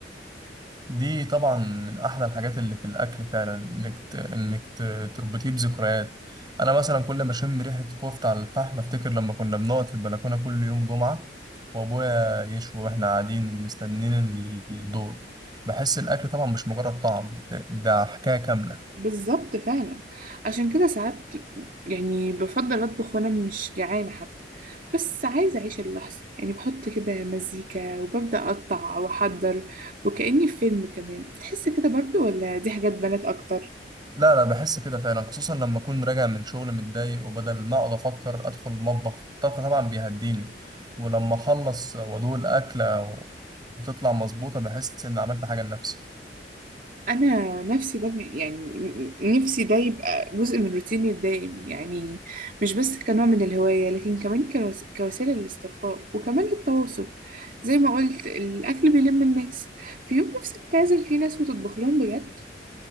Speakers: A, on the right; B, on the right.
A: دي طبعا من احلى الحاجات اللي في الاكل فعلا انك ت... انك ت... تربطيه بذكريات انا مثلا كل ما اشم ريحه كفته على الفحم افتكر لما كنا بنقعد في البلكونه كل يوم جمعه وابويا يشوي واحنا قاعدين مستنيين الدور بحس الاكل طبعا مش مجرد طعم ده ده حكايه كامله
B: بالظبط فعلا عشان كده ساعات يعني بفضل اطبخ وانا مش جعانه حتى بس عايزه اعيش اللحظه يعني بحط كده مزيكا وببدا اقطع واحضر وكاني في فيلم كمان بتحس كده برضو ولا دي حاجات بنات اكتر
A: لا لا بحس كده فعلا خصوصا لما اكون راجع من شغل متضايق وبدل ما اقعد افكر ادخل المطبخ الطبخ طبعا بيهديني ولما اخلص وادوق الاكله وتطلع مظبوطه بحس ان عملت حاجه لنفسي
B: انا نفسي ده بي- يعني ن- ن- نفسي ده يبقى جزء من روتيني الدايم يعني مش بس كنوع من الهواية لكن كمان كوس- كوسيلة للاسترخاء وكمان للتواصل زي ما قلت الاكل بيلم الناس في يوم نفسك تعزم فيه ناس وتطبخ لهم بجد